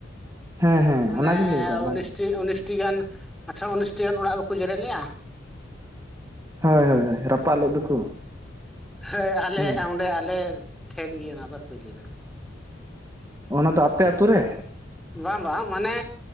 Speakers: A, on the right; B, in the centre.
A: ᱦᱮᱸ ᱦᱮᱸ
B: ᱚᱸᱰᱮ
A: ᱚᱱᱟᱜᱤᱧ ᱞᱟᱹᱭᱫᱟ ᱚᱱᱟᱜᱮ
B: ᱩᱱᱤᱥᱴᱤ ᱩᱱᱤᱥᱴᱤ ᱜᱟᱱ ᱟᱴᱷᱚᱨᱚ ᱩᱱᱤᱥᱴᱤ ᱜᱟᱱ ᱚᱲᱟᱜ ᱵᱟᱠᱚ ᱡᱮᱨᱮᱫ ᱞᱮᱜ-ᱟ
A: ᱦᱳᱭ ᱦᱳᱭ ᱦᱳᱭ ᱨᱟᱯᱟᱜ ᱞᱮᱫ ᱫᱚᱠᱚ
B: ᱦᱚᱭ ᱟᱞᱮ
A: ᱦᱩᱸ
B: ᱚᱸᱰᱮ ᱟᱞᱮ ᱴᱷᱮᱱ ᱜᱮ ᱚᱱᱟ ᱫᱚ ᱦᱩᱭ ᱞᱮᱱᱟ
A: ᱚᱱᱟ ᱫᱚ ᱟᱯᱮ ᱟᱛᱩ ᱨᱮ
B: ᱵᱟ ᱵᱟ ᱢᱟᱱᱮ